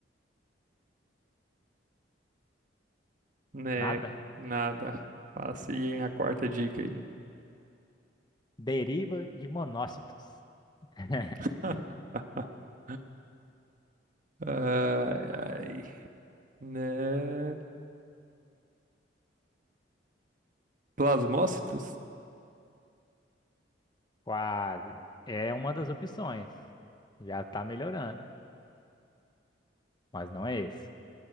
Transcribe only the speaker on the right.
Né,
nada. Passei a quarta dica aí.
<laughs> Ai, ai. Né, plasmócitos?